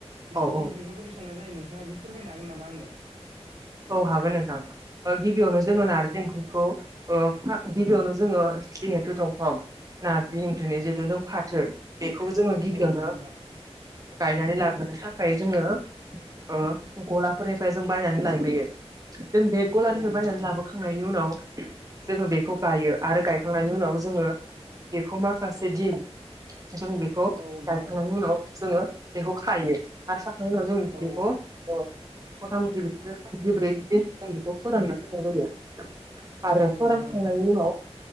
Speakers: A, on the right; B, on the right.
A: नारजि
B: औ औ
A: ओंख्रिखौ बोरै संनाय जायो नोंथाङा एसे फोरमायनो हागोन नामा आंनो?
B: औ हागोन नोंथां ओ गिबियावनो
A: औ
B: जोंङो नार्जि ओंख्रिखौ ओ फा-गिबियावनो जोङो जिहेथु दंफां ना- <unintelligible> ओंख्रिनि जिहेथु जों फाथो बेखौ जोङो गिबियावनो
A: औ नंगौ नोंथां
B: गायनानै लाग्रोनो थाखाय जोङो ओ गलाफोरनिफ्राय जों बायनानै लायो। यो जों बे गलानिफ्राय
A: औ नोंथां
B: बायनानै
A: नंगौ
B: लाबोखांनायनि उनाव जोङो बेखौ गायो आरो गायखांनायनि उनाव जोङो बेखौ माखासे दिन जों बेखौ
A: औ नोंथां
B: गायखांनायनि
A: औ
B: उनाव जोङो बेखौ खायो आरो खाखांनायनि उनाव जों
A: औ
B: बेखौ ओ मता मति <unintelligible> जिब्रै दिन जों बेखौ फोराननानै दोननाय जायो। आरो
A: औ
B: फोरानखांनायनि
A: नोंथां नंगौ
B: उनाव